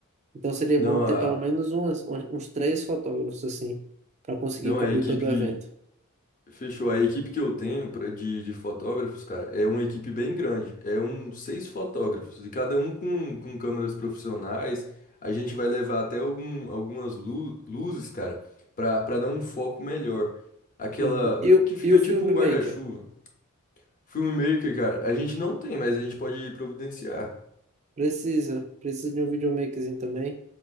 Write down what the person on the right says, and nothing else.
Então, seria
bom ter
pelo menos umas, uns uns três fotógrafos, assim, para conseguir
cobrir
todo o evento.
Uhum. E o,
e o filmmaker?
Precisa, precisa de um videomakerzinho também,